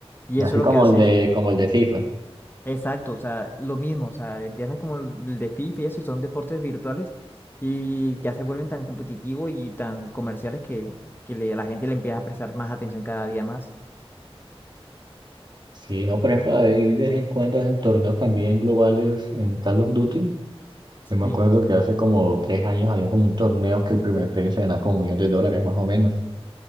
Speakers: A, on the left; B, on the right.
A: Y eso
B: Así
A: lo
B: como
A: que hace
B: el de,
A: es, que-
B: como el de FIFA.
A: exacto, o sea, lo mismo, o sea, empiezan como el el de FIFA y eso, y son deportes virtuales, y ya se vuelven tan competitivos y tan comerciales que, que le- a la gente le empieza a prestar más atención cada día más.
B: Sí, no, por ejemplo, hay de vez en cuando en torneos también globales en Call of Duty. Yo me
A: Sí,
B: acuerdo que hace como tres años había como un torneo que el primer premio se ganaba como un millón de dólares más o menos.